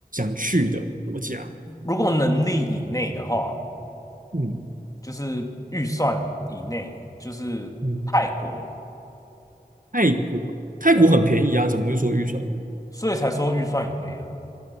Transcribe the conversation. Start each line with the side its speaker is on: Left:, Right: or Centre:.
Right: 想去的国家？
Left: 如果能力以内的话，
Right: 嗯
Left: 就是预算以内，就是泰国，
Right: 嗯，泰国泰国很便宜啊，
Left: 对啊，
Right: 怎么会说预算呢？
Left: 所以才说预算以内啊，